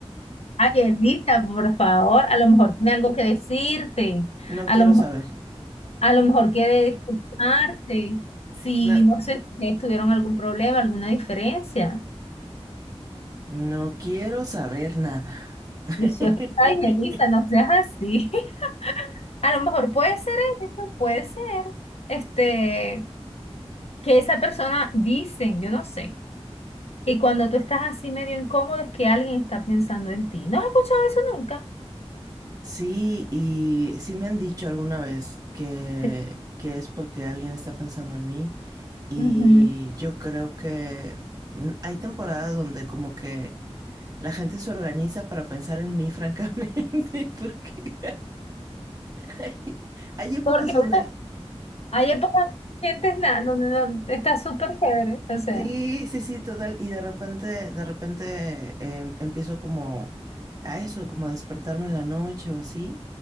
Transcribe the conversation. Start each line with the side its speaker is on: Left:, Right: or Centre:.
Left: Ay, Elisa, por favor, a lo mejor tiene algo que decirte,
Right: No
Left: a
Right: quiero
Left: lo mejor,
Right: saber.
Left: a lo mejor quiere disculparse, si
Right: Na-
Left: no sé si ustedes tuvieron algún problema, alguna diferencia.
Right: no quiero saber nada.
Left: Y Eso es,
Right: <laughs>
Left: ay, Elisa, no seas así. <laughs> A lo mejor puede ser eso, puede ser, este, que esa persona dice, yo no sé, que cuando tú estás así medio incómodo es que alguien está pensando en ti. ¿No has escuchado eso nunca?
Right: Sí, y sí me han dicho alguna vez que,
Left: Sí.
Right: que es porque alguien está pensando en mí y
Left: Ujú.
Right: yo creo que mm, hay temporadas donde como que la gente se organiza para pensar en mí, <laughs> francamente, porque hay, hay épocas
Left: Porque
Right: donde...
Left: una Hay épocas que no sientes nada, donde no, está súper chévere, o sea.
Right: Sí, sí, sí, total. Y de repente, de repente em, empiezo como a eso, como a despertarme en la noche o así.